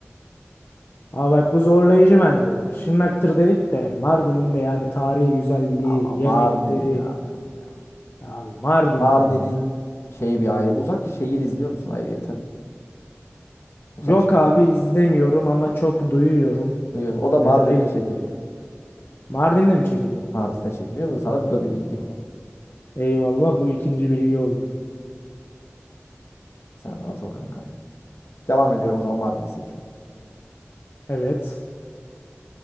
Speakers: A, on the left; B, on the left.
A: Ama bak bu zorlayıcı bence. Bak Şırnak'tır dedik de Mardin'in de yani tarihi güzelliği,
B: Ama
A: yemekleri.
B: Mardin ya kanka.
A: Abi Mardin'dir
B: Mardin'in
A: ya.
B: şey bir ayrı. Uzak şehir izliyor musun ayrıyeten? Uzak
A: Yok
B: şehir.
A: abi izlemiyorum ama çok duyuyorum.
B: Duyuyorsun. O da
A: Yani
B: Mardin'de
A: reyting.
B: çekiliyor.
A: Mardin'de mi çekiliyor?
B: Mardin'de çekiliyor. Bu Sana bu da bir bilgi.
A: Eyvallah bu ikinci bilgi oldu.
B: Sen rahat ol kankam. Devam ediyorum o zaman Mardin'i seçip.
A: Evet.